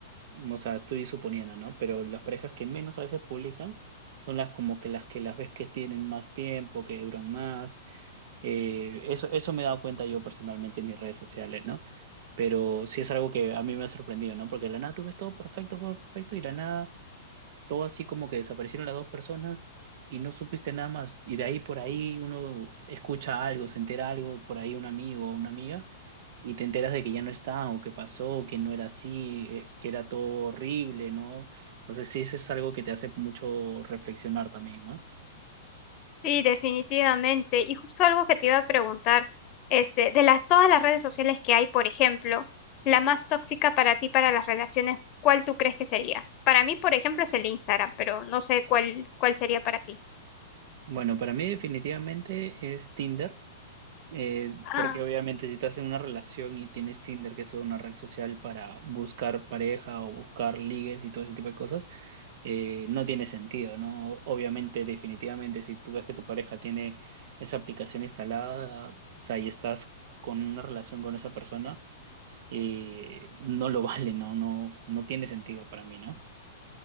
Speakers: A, on the right; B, on the left.
A: o sea, estoy suponiendo, ¿no? Pero las parejas que menos a veces publican son las como que las que las ves que tienen más tiempo, que duran más. Eh, eso, eso me he dado cuenta yo personalmente en mis redes sociales, ¿no? Pero sí es algo que a mí me ha sorprendido, ¿no? Porque de la nada tú ves todo perfecto, todo perfecto, y de la nada todo así como que desaparecieron las dos personas y no supiste nada más. Y de ahí por ahí uno escucha algo, se entera algo, por ahí un amigo o una amiga, y te enteras de que ya no está, o que pasó, que no era así, eh, que era todo horrible, ¿no? Entonces sí, eso es algo que te hace mucho reflexionar también, ¿no?
B: Sí, definitivamente. Y justo algo que te iba a preguntar, este, de las todas las redes sociales que hay, por ejemplo, la más tóxica para ti para las relaciones, ¿cuál tú crees que sería? Para mí, por ejemplo, es el Instagram, pero no sé cuál, cuál sería para ti.
A: Bueno, para mí definitivamente es Tinder, eh,
B: Ah.
A: porque obviamente si estás en una relación y tienes Tinder, que es una red social para buscar pareja o buscar ligues y todo ese tipo de cosas, eh, no tiene sentido, ¿no? Obviamente, definitivamente, si tú ves que tu pareja tiene esa aplicación instalada, o sea, y estás con una relación con esa persona, eh, no lo <laughs> vale, ¿no? No, no tiene sentido para mí, ¿no?